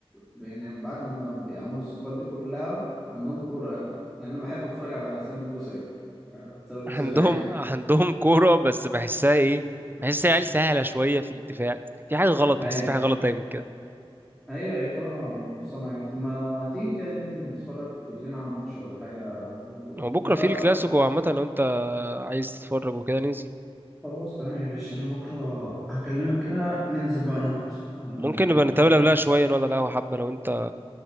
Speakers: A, in the centre; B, on the right.
A: ب- يعني بعد ما بيعملوا الصفقات دي كلها عندهم كورة أوي يعني أنا بحب أتفرج على سالم الدوسري آه، سالم
B: <laughs>
A: الدوسري
B: عندهم
A: لعيب
B: عندهم كوره بس بحسها ايه بحس العيال سهله شويه في الدفاع في حاجه غلط
A: أيوه
B: بحس في حاجه غلط دايما كده
A: أيوه هي كورة صناعية طب ما تيجي كده ننزل نتفرج لنا على ماتش ولا حاجة
B: هو بكره
A: نتفرج
B: في
A: على
B: الكلاسيكو
A: ماتش
B: عامه لو انت عايز تتفرج وكده ننزل
A: خلاص تمام يا باشا أنا بكرة هكلمك كده ننزل بقى نقعد نتفرج
B: ممكن نبقى نتقابل قبلها شوية نقعد على القهوة حبة لو انت